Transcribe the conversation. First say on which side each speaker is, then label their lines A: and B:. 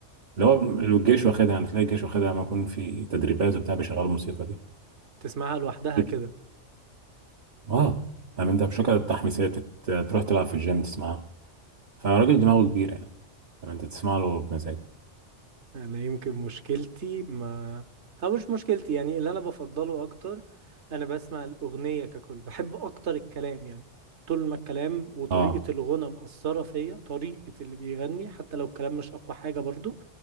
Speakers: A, on the right; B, on the right.
A: اللي هو لو الجيش واخدها يعني تلاقي الجيش واخدها لما يكون في تدريبات وبتاع بيشغلوا الموسيقى دي
B: تسمعها لوحدها
A: دي
B: كده
A: بت- اه فاهم انت بشكل التحميسية تت- تروح تلعب في الجيم تسمعها فالراجل دماغه كبيرة يعني فاهم انت تسمع له بمزاج
B: انا يمكن مشكلتي ما او مش مشكلتي يعني اللي انا بفضله اكتر انا بسمع الاغنيه ككل بحب اكتر الكلام يعني طول ما الكلام وطريقه
A: اه
B: الغنى مأثره فيا طريقه اللي بيغني حتى لو الكلام مش اقوى حاجه برضو